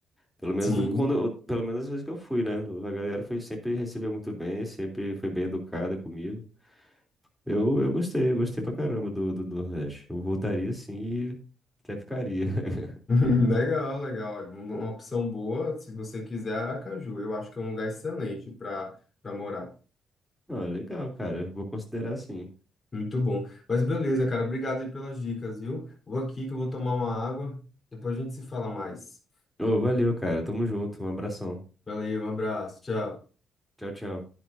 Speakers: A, in the centre; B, on the left.
A: Pelo menos
B: sim.
A: do- quando, eu- pelo menos as vezes que eu fui, né? A galera foi sempre recebeu muito bem, sempre foi bem educada comigo. Eu, eu gostei, eu gostei pra caramba do, do Nordeste. Eu voltaria sim e até ficaria. <laughs>
B: <laughs> Legal, legal. Uma opção boa, se você quiser, Aracaju. Eu acho que é um lugar excelente para para morar.
A: Ah, legal, cara. Vou considerar sim.
B: Muito bom. Mas beleza, cara. Obrigado aí pelas dicas, viu? Vou aqui que eu vou tomar uma água. Depois a gente se fala mais.
A: Ô, valeu, cara. Tamo junto. Um abração.
B: Valeu, um abraço. Tchau.
A: Tchau, tchau.